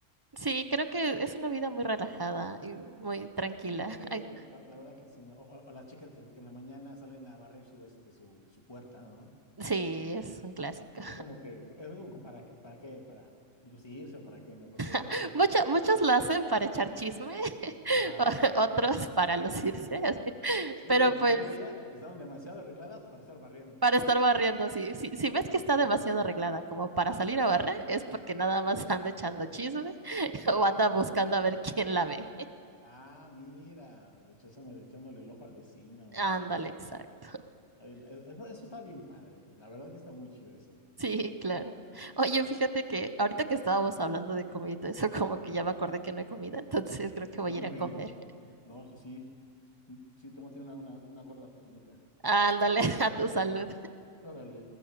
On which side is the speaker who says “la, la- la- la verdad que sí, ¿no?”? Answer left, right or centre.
Left